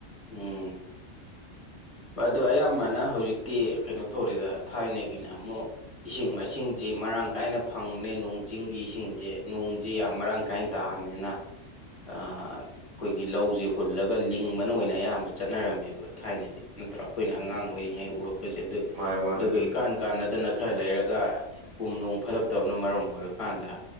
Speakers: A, on the left; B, on the right.
A: ꯎꯝ ꯑꯗꯣ ꯑꯌꯥꯝꯕꯅ ꯍꯧꯖꯤꯛꯇꯤ ꯀꯩꯅꯣ ꯇꯧꯔꯦꯗ ꯊꯥꯏꯅꯒꯤꯅ ꯑꯃꯨꯛ ꯏꯁꯤꯡ ꯃꯥꯏꯁꯤꯡꯁꯤ ꯃꯔꯥꯡ ꯀꯥꯏꯅ ꯐꯪꯕꯅꯦ ꯅꯣꯡ ꯆꯤꯡꯒꯤ ꯏꯁꯤꯡꯁꯦ ꯅꯣꯡꯁꯤ ꯌꯥꯝ ꯃꯔꯥꯡ ꯀꯥꯏꯅ ꯇꯕꯅꯦꯅ
B: <inaudible>
A: ꯑ ꯑꯩꯈꯣꯏꯒꯤ ꯂꯧꯁꯦ ꯍꯨꯜꯂꯒ ꯂꯤꯡꯕꯅ ꯑꯣꯏꯅ ꯑꯌꯥꯝꯕ ꯆꯠꯅꯔꯝꯃꯦꯕ ꯊꯥꯏꯅꯗꯤ ꯅꯠꯇ꯭ꯔ ꯑꯩꯈꯣꯏꯅ
B: ꯎꯝ
A: ꯑꯉꯥꯡ ꯑꯣꯏꯔꯤꯉꯩ ꯎꯔꯛꯄꯁꯦ ꯑꯗꯨꯏ
B: ꯃꯥꯅꯦ ꯃꯥꯅꯦ
A: ꯑꯗꯨꯒ
B: ꯎꯝ
A: ꯏꯀꯥꯟ ꯀꯥꯟꯅꯗꯅ ꯈꯔ ꯂꯩꯔꯒ ꯀꯨꯝ ꯅꯨꯡ ꯐꯠꯂꯛꯇꯕꯅ ꯃꯔꯝ ꯑꯣꯏꯔꯀꯥꯟꯗ